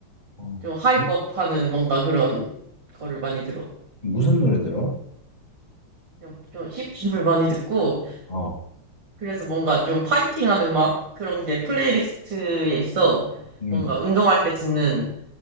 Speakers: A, on the left; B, on the right.
A: 어.
B: 좀 하이법
A: 무-
B: 하는 뭔가 그런 거를 많이 들어.
A: 무슨 노래 들어?
B: 그냥 좀 힙합을 많이 듣고,
A: 어,
B: 그래서 뭔가 좀 파이팅하는 음악? 그런 게 플레이리스트에 있어.
A: 음,
B: 뭔가 운동할 때 듣는